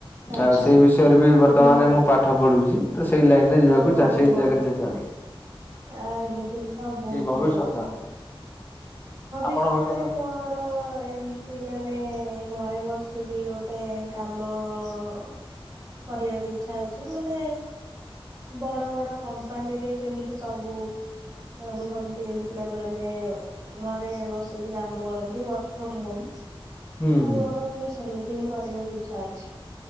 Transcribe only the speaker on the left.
ଆଉ ସେଇ ବିଷୟରେ ବି ବର୍ତ୍ତମାନ
ମୁଁ ପାଠ ପଢୁଛି ତ ସେଇ ଲାଇନରେ ଯିବାକୁ
ଚାଁ <unintelligible>
ଭବିଷ୍ୟତ
ଆପଣ ଭବିଷ୍ୟତ
ହୁଁ ହୁଁ